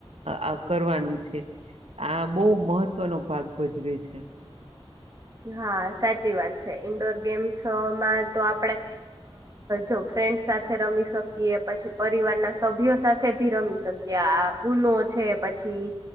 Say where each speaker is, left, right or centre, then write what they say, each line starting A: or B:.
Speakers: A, on the right; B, on the right.
A: આ કરવાનું છે આ બહુ મહત્વનો ભાગ ભજવે છે
B: હા સાચી વાત છે ઈન્ડોર ગેમ્સમાં તો આપડે જો ફ્રેન્ડ સાથે રમી શકીએ પછી પરિવારના સભ્યો સાથે ભી રમી શકીએ આ ઉનોજ છે પછી